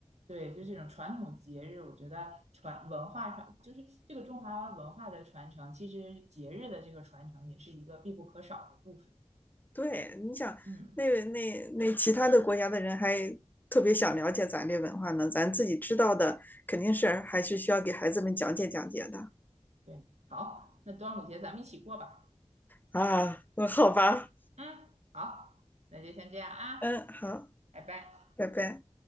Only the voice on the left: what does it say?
对，你想，
那那那其他的国家的人还特别想了解咱这文化呢，咱自己知道的肯定是还是需要给孩子们讲解讲解的
啊。那好吧，
嗯，好，
拜拜。